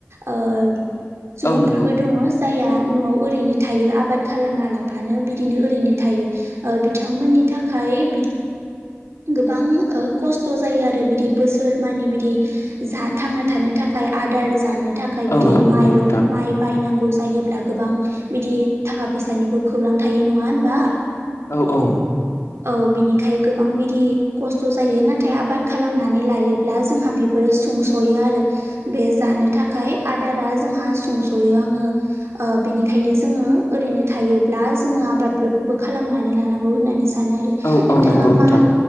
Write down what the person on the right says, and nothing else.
ओ सुबुंफोरबो
दङ जायहा न'आव ओरैनो थायो आबाद खालामा लाफानो बिदिनो ओरैनो थायो बिथांमोननि थाखाय <unintelligible> गोबां खस्थ' जायो आरो बिदि बोसोर मानि बिदि जा थांना थानो <unintelligible> <unintelligible> आदार जानो थाखाय बिदि
माइरं
माइ बायनांगौ जायोब्ला गोबां बिदि थाखा फैसानिबो खौरां थायो नङा होनबा?
औ बिनिखाय <unintelligible> <unintelligible> बिदि खस्थ' जायो नाथाय आबाद खालामनानै लायोब्ला जोंहा बेफोरो सुंस'यो आरो। बे जानो थाखाय आदारा जोंहा सुंस'यो आङो ओ बिनि <unintelligible> जोङो ओरैनो थायोब्ला जोङो आबादफोरखौबो खालामनानै लानांगौ होननानै। सानो आरो
नोंथाङा
मा